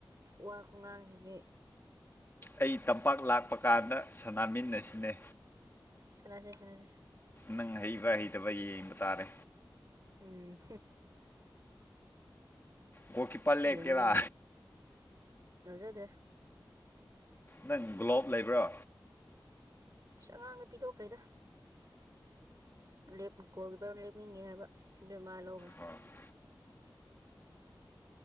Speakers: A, on the right; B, on the left.
A: ꯋꯥ ꯈꯨꯉꯥꯡꯁꯤꯗꯤ
B: ꯑꯩ ꯇꯝꯄꯥꯛ ꯂꯥꯛꯄ ꯀꯥꯟꯗ ꯁꯥꯅꯃꯤꯟꯅꯁꯤꯅꯦ
A: ꯁꯥꯟꯅꯁꯤ ꯁꯥꯟꯅꯁꯤ
B: ꯅꯪ ꯍꯩꯕ ꯍꯩꯇꯕ ꯌꯦꯡꯕ ꯇꯥꯔꯦ
A: ꯎꯝ
B: ꯒꯣꯜ ꯀꯤꯄꯥꯔ ꯂꯦꯞꯀꯦꯔꯥ
A: ꯌꯦꯡꯉꯣ ꯌꯦꯡꯉꯣ ꯉꯝꯖꯗ꯭ꯔꯦ
B: ꯅꯪ ꯒꯂꯣꯞ ꯂꯩꯕ꯭ꯔꯥ
A: ꯑꯁ ꯑꯉꯥꯡꯗ ꯄꯤꯊꯣꯛꯈ꯭ꯔꯦꯗ ꯂꯦꯞ ꯒꯣꯜ ꯀꯤꯄꯔ ꯂꯦꯞꯅꯤꯡ ꯉꯦ ꯍꯥꯏꯕ ꯑꯗꯨꯏ ꯃꯥꯅ ꯂꯧꯒ꯭ꯔꯦ
B: ꯋꯥꯔꯜ